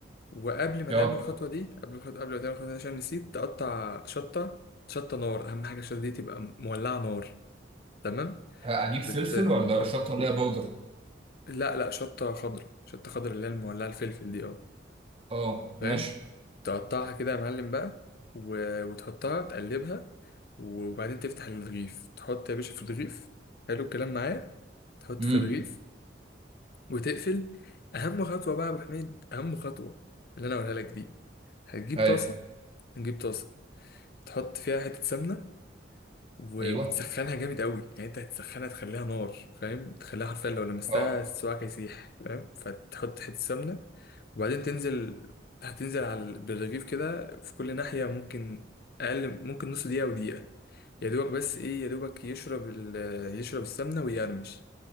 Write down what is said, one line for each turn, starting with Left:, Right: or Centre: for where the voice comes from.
Left: وقبل ما
Right: اه
Left: تعمل الخطوه دي قبل الخط- قبل ما تعمل الخطوه دي عشان نسيت تقطع شطه شطه نار اهم حاجه الشطه دي تبقى مولعه نار تمام
Right: ه- هجيب فلفل
Left: وت...
Right: ولا شطه ولا باودر
Left: لا لا شطه خضراء شطه خضراء اللي هي المولعه الفلفل دي اه
Right: اه
Left: فاهم
Right: ماشي
Left: تقطعها كده يا معلم بقى و... وتحطها تقلبها وبعدين تفتح الرغيف تحط يا باشا في الرغيف حلو الكلام معايا تحط
Right: امم
Left: في الرغيف وتقفل اهم خطوه بقى يا ابو حميد اهم خطوه اللي انا هقولها لك دي هتجيب
Right: ايوه
Left: طاسه هتجيب طاسه تحط فيها حته سمنه و-
Right: ايوه
Left: وتسخنها جامد قوي يعني انت هتسخنها تخليها نار فاهم تخليها حرفيا لو لمستها
Right: اه
Left: صباعك هيسيح فاهم فتحط حتة سمنة وبعدين تنزل هتنزل على ال- بالرغيف كده في كل ناحية ممكن أقل ممكن نص دقيقة ودقيقة يا دوبك بس إيه يا دوبك يشرب ال... يشرب السمنة ويقرمش